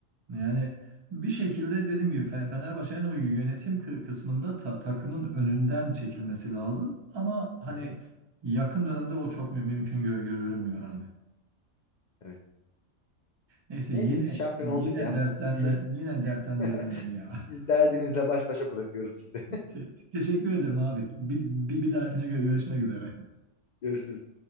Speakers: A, on the right (about 30°); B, on the left (about 80°).
A: Yani bir şekilde dediğim gibi Fe- Fenerbahçe'nin o yönetim kı- kısmında ta- takımın önünden çekilmesi lazım. Ama hani
B: Hı hı.
A: yakın dönemde o çok mü- mümkün gö görünmüyor abi.
B: Evet.
A: Neyse
B: Neyse
A: yine
B: biz şampiyon
A: yine
B: olduk ya.
A: dertlende
B: Siz
A: yine dertlendirdin
B: <laughs>
A: beni ya.
B: siz
A: <laughs>
B: derdinizle baş başa bırakıyorum sizi.
A: Te- teşekkür ederim abi. Bir, bir, bir dahakine gö- görüşmek üzere.
B: <laughs> Görüşürüz.